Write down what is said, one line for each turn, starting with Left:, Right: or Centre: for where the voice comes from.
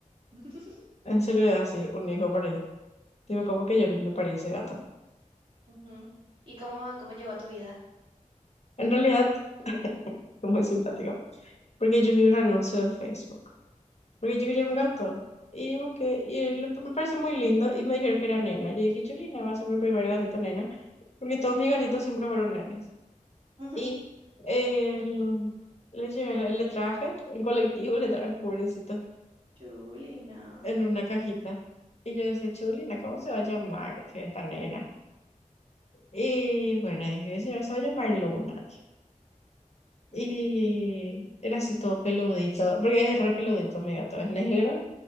Right: <laughs>
Left: En serio es así, un hijo por ahí. Tipo, como que yo no le parí ese gato.
Right: Ujú. ¿Y cómo, cómo llegó a tu vida?
Left: En realidad, <laughs> es muy simpático. Porque yo vi un anuncio en Facebook. Porque yo quería
Right: Ujú.
Left: un gato. Y busqué, y le- me pareció muy lindo. Y me dijeron que era nena. Yo dije, chulina, va a ser mi primer gatito nena. Porque todos mis gatitos siempre fueron nenes.
Right: <laughs>
Left: Y eh, le llevé, le traje, en colectivo le traje, pobrecito,
Right: Chulina.
Left: en una cajita. Y yo decía, Chulina, ¿cómo se va a llamar? Dije, esta nena. Y bueno, dije, se se va a llamar Luna. dije.
Right: Mm.
Left: Y era así todo peludito, porque es re peludito, mi gato, es negro,